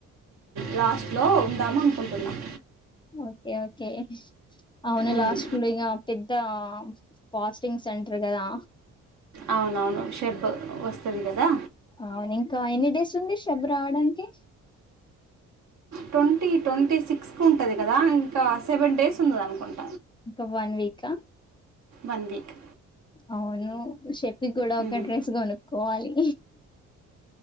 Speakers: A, on the right; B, on the left.
A: లాస్ట్లో ఉందామ అనుకుంటున్నాం
B: ఓకే ఓకే అవును
A: ఉమ్,
B: లాస్ట్లు ఇగా పె లా ఫాస్టింగ్ సెంటర్ కదా
A: అవునవును షెబ్ వస్తుంది కదా
B: అవును ఇంకా ఎన్ని డేస్ ఉంది షబ్ రావడానికి
A: ట్వంటీ ట్వంటీ సిక్స్కి ఉంటుంది కదా ఇంకా సెవెన్ డేస్ ఉన్నది అనుకుంటును
B: ఇంకా వన్ వీకా
A: వన్ వీక్
B: అవును షప్పి కూడా
A: మ్మ్.
B: ఒక డ్రెస్ కొనుక్కోవాలి